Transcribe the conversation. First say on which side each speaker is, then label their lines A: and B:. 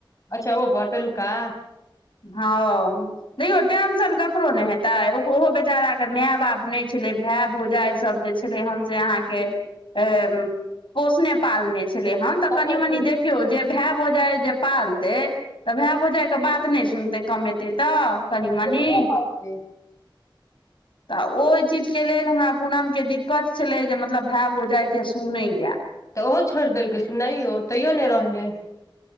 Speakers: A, on the left; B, on the left.
A: अच्छा ओ बर पलुका
B: हँ देखौ टेंशन ककरो ने हेतै ओहो बेचारा के माय बाप नै छलै भाय भौजा सब जे छलै हम से अहाँ के अ्म पोसने पालने छै चेलैहन
A: तखन
B: कनि मनि
A: फेर
B: देखियौ जे भाय भौजाई जे पालतै त भाय भौजाई के बात त नै सुनतै कमेतै तऽ कनि
A: बतेलबो
B: मनि
A: पड़तै
B: तऽ ओहि चीजके लेल हमरा पूनम के दिक्कत छलै जे मतलब भाय भौजाइके सुनैया
A: तऽ ओहो छोड़ि देलकै सुमनैयो तैयो नै रहलै